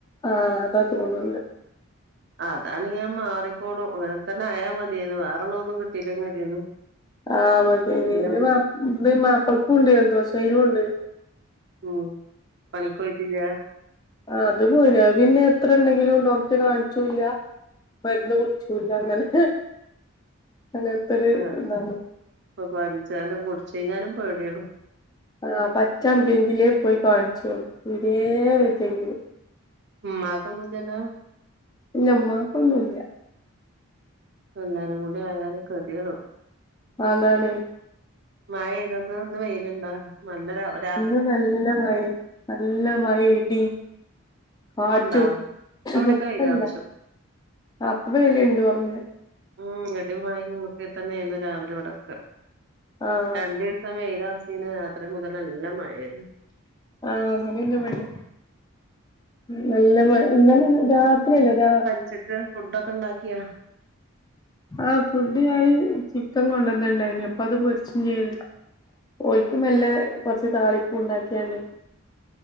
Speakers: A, on the left; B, on the right.
A: ആഹ് അതാ തോന്ന്ണ്ട്.
B: അതാണേ അഹ് മാറിക്കോളും അങ്ങനെ തന്നെ അയാ മതീന്നു വേറെള്ളഒന്നും കിട്ടിലെങ്കി മതിയേന്നു.
A: ആഹ് മതീന്നു
B: പിന്നെ
A: ഇന്റെ മാ ഇട്ട് മാപ്പൾക്കും ഇണ്ട് ജലദോഷം അയ്നുണ്ട്
B: ഉം പണിക്കൊയ്ട്ടില്ല
A: ആ അത് പോയിണ് അത് പിന്നെ എത്ര ഉണ്ടെങ്കിലും ഡോക്ടറേ കാണിച്ചൂല്ല മരുന്ന് കുടിചൂല്ല അങ്ങനെ അങ്ങൻ ത്തെ ഒര്
B: ആഹ് ഇപ്പൊ
A: ഇതാണ്
B: ഇപ്പൊ പനിച്ചാലും കുടിച്ച് കഴിഞ്ഞാലും പേടിയാണ്
A: ആഹ് പറ്റ അമ്പിയെങ്കിലേ പോയി കാണിച്ച് ഒള്ളൂ തീരെ വെജ്ജെങ്കില്
B: ഉമ്മാക്ക് ഒന്നുല്ലല്ലോ
A: ഇല്ല ഉമ്മാക്ക് ഒന്നൂല്ല
B: എല്ലാരും കൂടി ആയാലും കെതിയടും
A: അതാണെ
B: മഴ പെയ്തോ ഇന്ന് ഇന്ന് വെയില്ണ്ടോ നല്ലൊരു അവ
A: ഇന്ന് നല്ല മഴെ നല്ല മഴ ഇടി കാറ്റും
B: ഇപ്പൊണ്ടാ ഇപ്പവിടൊക്കെ
A: ഇപ്പല്ല
B: വെയിലറച്ചു
A: ആ ഇപ്പ വെയില്ണ്ട് കുറഞ്ഞെ
B: ഉം ഇടിമഴ ഒക്കെ തന്നെ ഇന്ന്‌ രാവിലെ ഇവിടെക്കെ
A: ആഹ്
B: രണ്ടീസം വെയിലർച്ചേന് രാത്രി മുതല് നല്ല മഴേ ര്ന്നു
A: ആഹ് അങ്ങനെ ന്നെ ഇവടിം നല്ല മയ ഇന്നലെ രാത്രിയല്ലേ രാ
B: ഉച്ചക്ക് ഫുഡോക്കെ ഉണ്ടാക്കിയോ
A: ആഹ് ഫുഡ് ഞാന് ചിക്കൻ കൊണ്ടന്ന ണ്ടായിനി അപ്പൊ അത് പൊരിച്ചും ചെയ്ത് ഓല്ക്ക് മെല്ലേ കൊറച്ച് താളിപ്പ് ഉണ്ടാക്കിയാണ്ട്